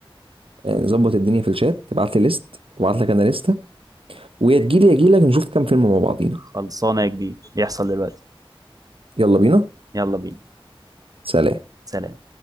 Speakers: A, on the right; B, on the right.
A: آه، نظبط الدنيا في الشات تبعت لي ليست وابعت لك انا لسته ويا تجيلي يا اجيلك نشوف كام فيلم مع بعضينا
B: خلصانه يا كبير يحصل دلوقتي
A: يلا بينا
B: يلا بينا
A: سلام
B: سلام